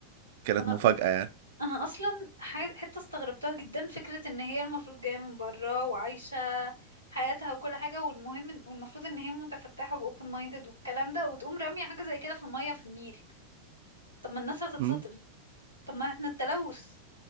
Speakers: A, on the right; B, on the left.
A: كانت
B: انا
A: مفاجأة يعني
B: انا اصلا ح- حتة استغربتها جدا فكرة ان هي المفروض جاية من برا وعايشة حياتها وكل حاجة والمهم إن- والمفروض ان هي متفتحة و open minded والكلام ده وتقوم رامية حاجة زي كده في المية في النيل طب ما الناس هتتسطل
A: مم.
B: طب ما احنا التلوث